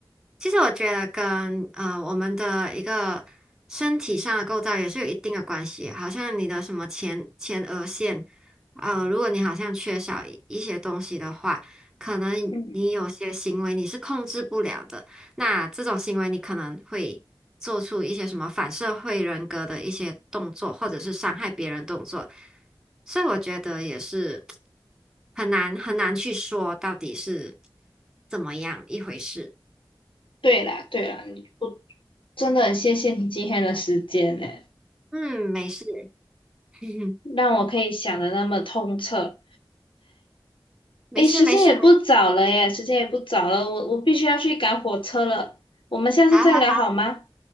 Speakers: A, in the centre; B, on the left.
A: 其实我觉得跟呃我们的一个身体上的构造也是有一定的关系，好像你的什么前前额线，呃，如果你好像缺少一一些东西的话，可能你有些行为你是控制不了的，
B: 嗯，
A: 那这种行为你可能会做出一些什么反社会人格的一些动作，或者是伤害别人动作，所以我觉得也是很难很难去说到底是怎么样一回事。
B: 对啦，对啦，我真的很谢谢你今天的时间呢，
A: 嗯，没事，<laughs>
B: 让我可以想的那么通彻。
A: 没事，
B: 诶，时间也不早了耶，
A: 没事，没，
B: 时间也不早了，我我必须要去赶火车了。我们下次再聊好吗？
A: 好好好，